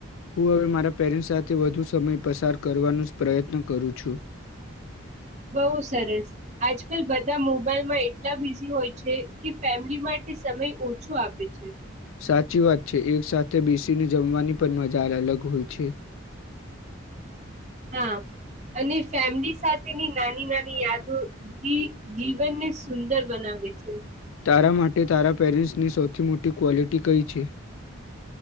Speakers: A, on the left (about 70°); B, on the right (about 35°).
A: હું હવે મારા પેરેન્ટ્સ સાથે વધુ સમય પસાર કરવાનો જ પ્રયત્ન કરું છું
B: બઉુ સરસ આજકાલ બધા મોબાઈલમાં એટલા બિઝી હોય છે કે ફેમિલી માટે સમય ઓછો આપે છે
A: સાચી વાત છે એક સાથે બેસીને જમવાની પણ મજા અલગ હોય છે
B: હા અને ફેમિલી સાથેની નાની નાની યાદો ઈ ઈ જીવનને સુંદર બનાવે છે
A: તારા માટે તારા પેરેન્ટ્સની સૌથી મોટી ક્વોલિટી કઈ છે